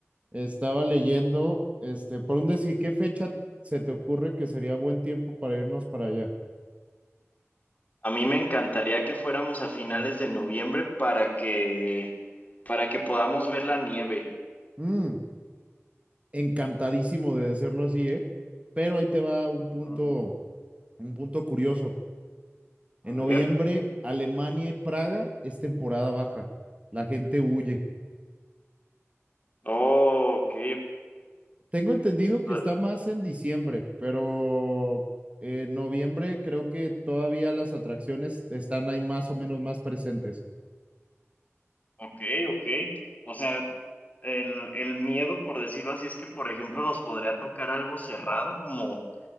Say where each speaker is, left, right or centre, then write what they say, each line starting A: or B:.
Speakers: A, on the right; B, on the left.
A: estaba leyendo, este, por un decir, ¿qué fecha se te ocurre que sería buen tiempo para irnos para allá?
B: A mí me encantaría que fuéramos a finales de noviembre para que, para que podamos ver la nieve.
A: Mm, encantadísimo de decirlo así, ¿eh? Pero ahí te va un
B: Ujú.
A: punto, un punto curioso.
B: A
A: En noviembre,
B: ver.
A: Alemania y Praga es temporada baja. La gente huye.
B: Oh, ok,
A: Tengo entendido que
B: ok.
A: está más en diciembre, pero en noviembre creo que todavía las atracciones están ahí más o menos más presentes.
B: Ok, ok. O sea, el, el miedo, por decirlo así, es que, por ejemplo, nos podría tocar algo cerrado, como